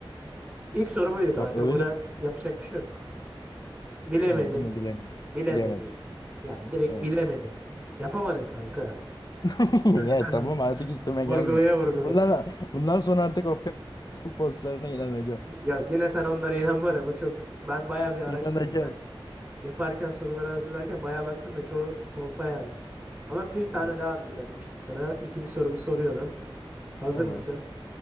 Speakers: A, on the right; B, on the left.
A: İlk soru buydu kanka.
B: Ya öyle.
A: Buna yapacak bir şey yok. Bilemedin.
B: Tamam bunu bilemedim.
A: Bilemedin.
B: Bilemedim.
A: Yani direkt
B: Evet.
A: bilemedin. Yapamadın kanka.
B: <laughs>
A: <laughs>
B: Ya tamam artık üstüme
A: Vurgulaya
B: gelme.
A: vurgulaya.
B: Bundan bundan sonra artık o Facebook postlarına inanacağım.
A: Ya yine sen onlara inanma da bu çok... Ben bayağı bir araştırırken,
B: İnanacağım.
A: yaparken, soruları hazırlarken bayağı baktım da çoğu kolpa yani. Ama bir tane
B: Evet,
A: daha hazırladım işte sana. İkinci sorumu soruyorum. Hazır
B: Tamam.
A: mısın?